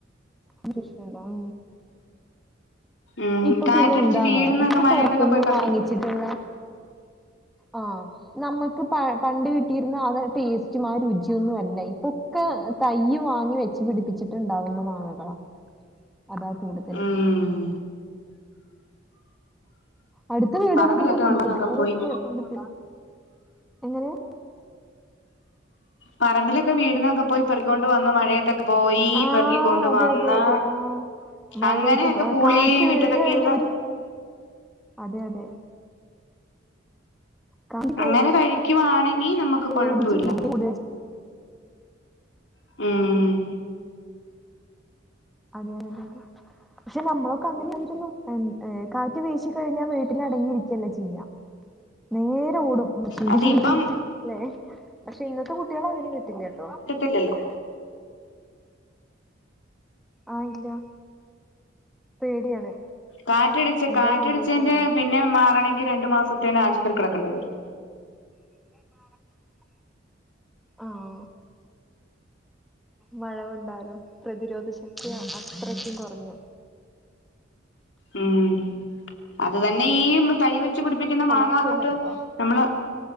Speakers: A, in the centre; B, on the left.
A: പ്രശ്ണം
B: ഉം
A: ഇപ്പൊ
B: കാറ്റടിച്ച്
A: പിന്നെ എന്താണോ
B: വീഴുന്നൊക്കെ
A: ഒക്കെ
B: മഴയത്തൊക്കെ
A: പുറത്തൊന്ന്
B: പോയി പറിക്കും
A: വാങ്ങിച്ചിട്ട്ള. ആ നമുക്ക് പണ്ട് കിട്ടിയിരുന്ന ആ ടേസ്റ്റും ആ രുചിയ ഒന്നും അല്ല. ഇപ്പൊ ഒക്കെ തൈ വാങ്ങി വെച്ച് പിടിപ്പിച്ചിട്ടുണ്ടാവുന്ന മാങ്ങകളാ അതാ കൂടുതല്.
B: ഉം
A: അടുത്ത വീടുകളന്നൊക്കെ
B: പറമ്പിലൊക്കെ
A: കിട്ടും
B: ഉണ്ടെന്നൊക്കെ
A: അവരൊക്കെ
B: പോയി
A: കൊണ്ട് ത രും എങ്ങനെയ
B: പറമ്പിലൊക്കെ വീഴു ന്നൊക്കെ പോയി പെറുകൊണ്ട് വന്ന് മഴയത്തൊക്കെ പോയി
A: ആഹ്
B: പെറുകിക്കൊണ്ട്
A: അതെ
B: വന്ന്.
A: അതെ അതെ ആഹ് മഴയൊക്കെ
B: അങ്ങനെയൊക്കെ പൂളി
A: കാറ്റ്
B: മി
A: വീണ്
B: റ്റക്കൊക്കെ
A: കഴിഞ്ഞ
B: ഇരുന്ന്
A: ഒരു അതെ അതെ കാറ്റ്
B: അങ്ങനെ കഴിക്കുവാണെങ്കി നമുക്ക്. കൊഴപ്പവില്ല
A: എ ടിച്ച
B: ഉം
A: അതെതതെ പക്ഷെ നമ്മളൊക്കെ അങ്ങനൊയിരുന്നു കാറ്റ് വീശി കഴിഞ്ഞാൽ വീട്ടിലടങ്ങിയിരിക്കുകയല്ല ചെയ്യ. നേരെ ഓടും മുച്ചിന്റെ
B: അല്ല
A: ചോട്ടിക്ക്.
B: ഇപ്പം
A: അല്ലെ പക്ഷെ ഇന്നത്തെ കുട്ടികൾ അങ്ങനെ കിട്ടില്ല കേട്ടോ.
B: ഇല ല്ലോ
A: ആഇല്ല പേടിയാണ്.
B: കാറ്റടിച്ച്
A: എന്താ
B: കാറ്റടിച്ചേതിന്റെ
A: സംഭവിക്കാ പറയാൻ
B: പിന്നെ മാറാണമെങ്കിൽ രണ്ടു മാസത്തേന് ആശുപത്രി കിടക്കേണ്ടി വരും.
A: <inaudible> ആഹ മഴ കൊണ്ടാലും പ്രതിരോധ ശക്തി അത്രക്കും കുറഞ്ഞു.
B: ഉം അത് തന്നെ ഈ തൈ വെച്ച് പിടിപ്പിക്കുന്ന
A: ഹലോ
B: മാങ്ങാ
A: കേക്കാൻ
B: തൊട്ട്
A: പറ്റുന്നുണ്ടോ
B: നമ്മള്